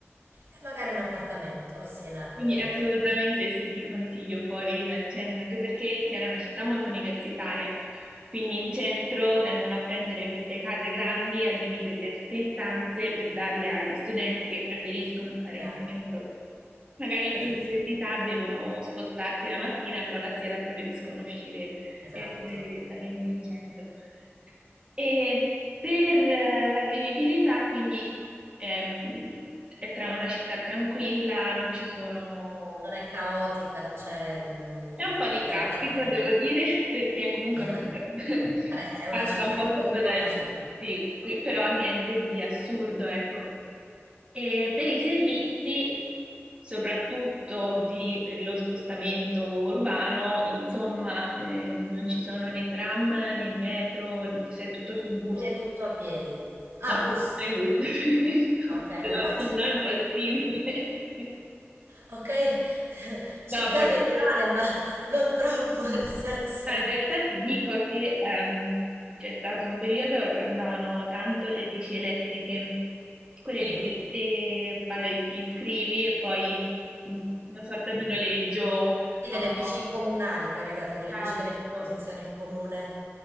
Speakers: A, on the right; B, on the right.
A: E magari un appartamento a Siena
B: Quindi
A: prenderei
B: assolutamente
A: più
B: sì, ti consiglio fuori dal centro, anche perché Siena è una città molto universitaria, quindi in centro tendono a prendere queste case grandi, a dividerle tutte in stanze per darle agli studenti che preferiscono stare
A: chiaro,
B: in centro. Magari per
A: giusto?
B: l'università devono spostarsi la mattina, però la sera preferiscono uscire
A: Esatto.
B: e essere direttamente in centro. E per eh, la vivibilità, quindi ehm, è tra- una città tranquilla, non ci sono
A: Non è caotica, non c'è mm,
B: C'è un po' di
A: una
B: traffico,
A: vita frenetica.
B: devo dire, <laughs> perché comunque
A: <laughs>
B: mi- <laughs>
A: Vabbè, è
B: passa
A: una città,
B: un po'
A: è
B: tutto
A: comunque
B: da
A: una
B: lì,
A: città.
B: sì, qui- però niente di assurdo, ecco. E per i servizi, soprattutto di- per lo spostamento urbano, insomma, eh, non ci sono né tram né metro, c'è tutto su bus.
A: Quindi è tutto a piedi. Ah,
B: No,
A: bus.
B: sui bus, <laughs>
A: Ah, ok,
B: no,
A: no, infatti.
B: no, impossibile. <laughs>
A: Ok, <laughs> città
B: No, perché
A: medievale, ma non troppo, <laughs> nel senso.
B: Ma in realtà ti dico che ehm, c'è stato un periodo che andavano tanto le bici elettriche, quelle
A: Mhm.
B: lì che te pare ti iscrivi e poi mh, una sorta di noleggio
A: Sì,
B: autonomo.
A: delle bici comunali, tra virgolette, quelle
B: Esatto,
A: bici che mette a disposizione il comune.